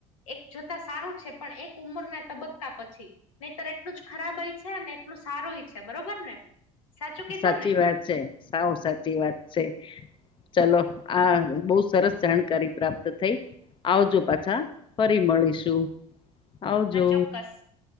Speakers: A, on the left; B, on the left.
A: એક જોતા સારું છે પણ એક ઉંમરના તબક્કા પછી નહી તર એટલું જ ખરાબ હય છે અને એટલું સારુંય છે બરોબર ને. સાચું કીધું
B: સાચી
A: ને
B: વાત છે સાવ સાચી વાત છે. ચલો આ બહુ સરસ જાણકારી પ્રાપ્ત થઈ. આવજો પાછા ફરી મળીશું. આવજો.
A: હા ચોકક્સ